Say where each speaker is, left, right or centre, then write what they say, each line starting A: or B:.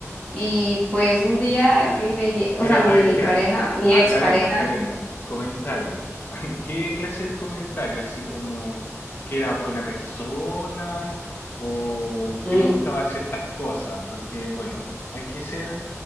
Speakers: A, on the left; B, on the left.
A: Y pues un día, le,
B: Pero
A: o sea,
B: a
A: mi
B: ver, espérate,
A: pareja,
B: a-
A: mi
B: aclaremos,
A: ex pareja,
B: aclaremos. Comentario. <laughs> ¿Qué clase de comentario? Así como que era buena persona o
A: mm,
B: que le gustaban ciertas cosas, porque bueno, hay que ser